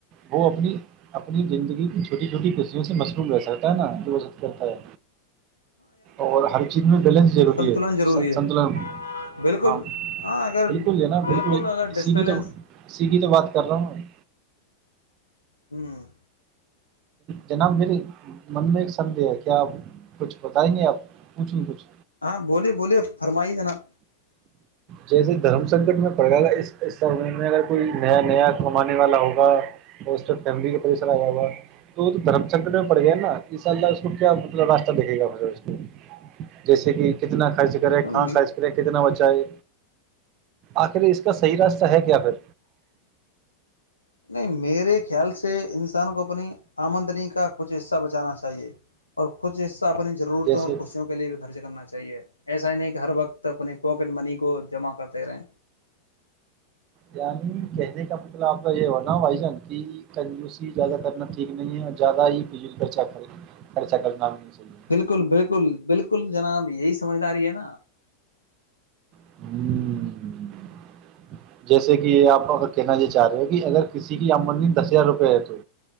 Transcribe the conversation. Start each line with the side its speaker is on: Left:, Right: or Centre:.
Right: وہ اپنی اپنی زندگی چھوٹی چھوٹی خشیوں سے مصروف رہ سکتا ہے نا جو و کرتا ہے اور ہر چیز میں بیلنس ضروری
Left: سنتلن
Right: ہے
Left: ضروری
Right: س
Left: ہے
Right: سنتلن
Left: بالکل
Right: ہاں
Left: ہاں اگر
Right: بالکل جناب بالکل
Left: اگر
Right: اسیھی
Left: ڈسپیلنس
Right: تو سیھی تو بات کر رہا ہوں میں
Left: ہوں
Right: جناب میرے من میں ایک سدہ ہے کیا آب کچھ بتا ہی نہیں آپ پچھ ن کچھ
Left: ہاں بولیے بولیے فرمائیے جناب
Right: جیسے دھرم سنکٹ میں پڑ گا گا اس سمے میں اگر کوئی نیا نیا کمانے والا ہوگا تو اس فیملی کے طریسر آ جیا ہو گا تو وہ تو دھرم چندر میں پڑ گیا نا اسال اللہ اس کو کیا مطلب راستہ دیکھے گا م جیسے کہ کتنا خرچ کرے
Left: جناب
Right: کہاں خرچ کرے کتنا بچہ ہے آخر اس کا صحیح راستہ ہے کیا پھر
Left: نہیں میرے خیال سے انسان کو اپنی آمدنی کا کچھ حصہ بچانا چاہیے اور کچھ حصہ اپنی ضرورتوں
Right: جیسے
Left: اور خوشیوں کو لیے بھی خرچ کرنا چاہیے ایسا ہی نہیں کہ ہر وقت اپنے پواکٹ منی کو جمع کرتے رہیں
Right: یعنی کہنے کا مطلب آپ کا یہ ہوناا بھائی جان کی کنجوزسی زیادہ کرنا ٹھیک نہیں ہے اور زیادہ ہی خرچہ کرنا بھی نہیں چاہیے
Left: بالکل بالکل بالکل جناب یہی سمجھداری ہے نا
Right: ہوں جیسے کہ آپ اگر کہنا یہ چاہ رہے ہو کہ اگر کسی کی آمدنی دس ہزار روپئے ہے تو